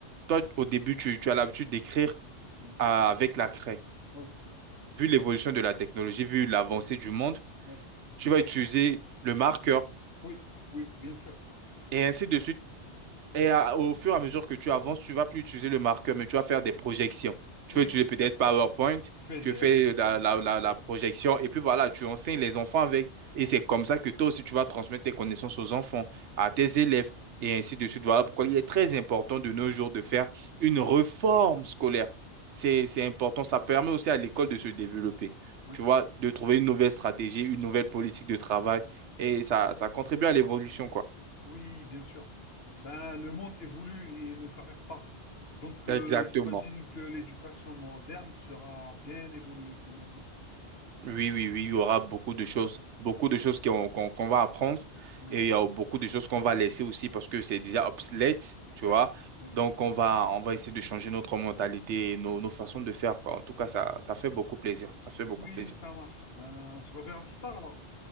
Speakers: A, on the right; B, on the left.
A: toi, au début, tu, tu as l'habitude d'écrire
B: Mhm.
A: à- avec la craie.
B: Oui,
A: Vu l'évolution de la technologie, vu l'avancée du monde,
B: oui,
A: tu vas utiliser le marqueur
B: oui, oui, bien sûr.
A: et ainsi de suite.
B: Mhm.
A: Et à- au fur et à mesure que tu avances, tu vas plus utiliser le marqueur, mais tu vas faire des projections. Tu
B: Oui,
A: vas utiliser peut-être PowerPoint,
B: PDF,
A: tu fais
B: ouais.
A: la, la, la, la projection, et puis voilà, tu enseignes les enfants avec. Et c'est comme
B: Ouais.
A: ça que toi aussi, tu vas transmettre tes connaissances aux enfants, à tes élèves, et
B: Oui,
A: ainsi de suite. Voilà pourquoi il est très important de nos jours de
B: bien,
A: faire une réforme scolaire. C'est, c'est
B: ouais.
A: important. Ça permet aussi à l'école de se développer,
B: oui,
A: tu vois, de trouver une nouvelle stratégie, une nouvelle politique de travail, et ça,
B: d'accord.
A: ça contribue à l'évolution, quoi.
B: Oui, bien sûr. Ben, le monde évolue et ne s'arrête pas. Donc, euh,
A: Exactement.
B: j'imagine que l'éducation moderne sera bien évoluée que maintenant, quoi.
A: Oui, oui, oui, il y aura beaucoup de choses, beaucoup de choses qu'on qu'on- qu'on va apprendre
B: Mais,
A: et il y a beaucoup de choses qu'on va laisser aussi parce que c'est déjà obsolète, tu
B: oui,
A: vois.
B: oui,
A: Donc,
B: bien sûr.
A: on va, on va essayer de changer notre mentalité et nos, nos façons de faire, quoi. En tout cas, ça, ça fait beaucoup plaisir. Ça fait beaucoup
B: Oui,
A: plaisir.
B: ça marche. Ben, on se reverra plus tard alors.